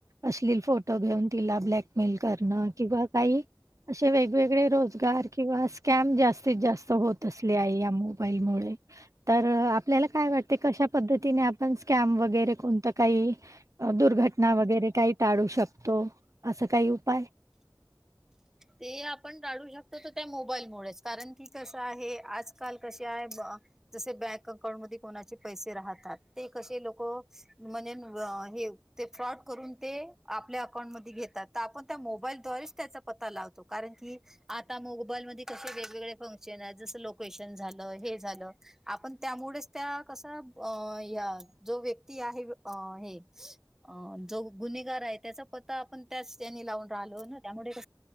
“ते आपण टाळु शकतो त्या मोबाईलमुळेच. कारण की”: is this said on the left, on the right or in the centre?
Centre